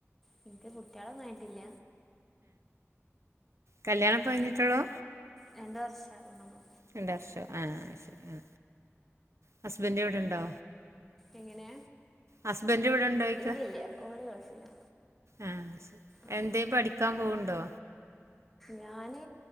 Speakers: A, in the centre; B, on the right (about 70°).
A: എനിക്ക് കുട്ടിയളൊന്നും ആയിട്ടില്ല
B: കല്യാണപ്പഴിഞ്ഞിട്ടോള്ളു
A: രണ്ട് വർഷ ആവ്ണോള്ളു
B: രണ്ട വർഷോ ആഹ് ശരി ഹസ്ബൻഡ് ഇവിടെണ്ടോ
A: എങ്ങനെ
B: ഹസ്ബന്റ ഇവിടെണ്ടോയിക്ക
A: ഇല്ല ഇല്ല ഓര് ഗൾഫിലാ
B: ആഹ്
A: ആഹ്
B: എന്തേ പഠിക്കാൻ പോവണ്ടോ
A: ഞാന്